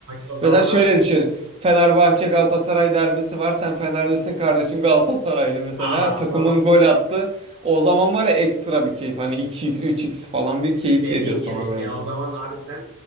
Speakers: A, on the right (about 80°); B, on the right (about 25°).
A: o zaman
B: Mesela şöyle
A: harbi
B: düşün. Fenerbahçe Galatasaray derbisi var. Sen Fenerlisin kardeşim Galatasaraylı mesela.
A: aa,
B: Takımın
A: o zaman
B: gol attı. O zaman var ya ekstra bir keyif. Hani iki x üç x falan bir keyif
A: dediğin
B: veriyor sana
A: gibi
B: böyle.
A: de o zaman harbiden